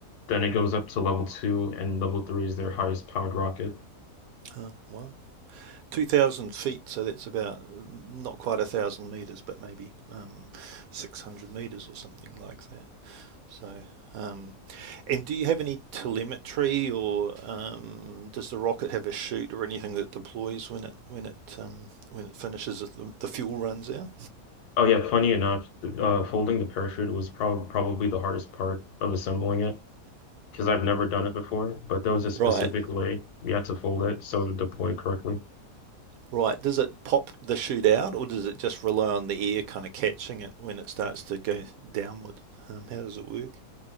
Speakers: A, on the left; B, on the right.
A: Then it goes up to level two, and level three is their highest powered rocket.
B: Um, wow. 2,000 feet, so that's about mm, not quite a thousand meters, but maybe um, 600 meters or something like that. So, um, and do you have any telemetry, or um, does the rocket have a chute or anything that deploys when it when it um, when it finishes the, the fuel runs out?
A: Oh yeah, funny enough, uh, folding the parachute was prob probably the hardest part of assembling it. because I've never done it before, but there was a specific
B: Right.
A: way we had to fold it so it would deploy correctly.
B: Right. Does it pop the shoot out, or does it just rely on the air kind of catching it when it starts to go downward? Um, how does it work?